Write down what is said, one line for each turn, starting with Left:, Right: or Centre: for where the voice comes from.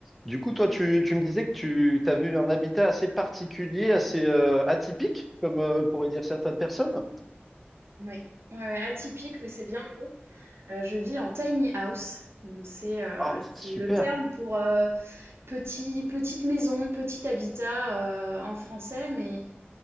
Centre: Du coup, toi, tu, tu me disais que tu avais eu un habitat assez particulier, assez euh, atypique, comme euh, pourraient dire certaines personnes.
Right: Oui. Ouais, ouais, atypique, oui, c'est bien le mot. Euh, je vis en tiny house. Donc c'est euh,
Centre: Ah, c'est
Right: c'est le
Centre: super.
Right: terme pour euh, petit, petite maison, petit habitat euh, en français, mais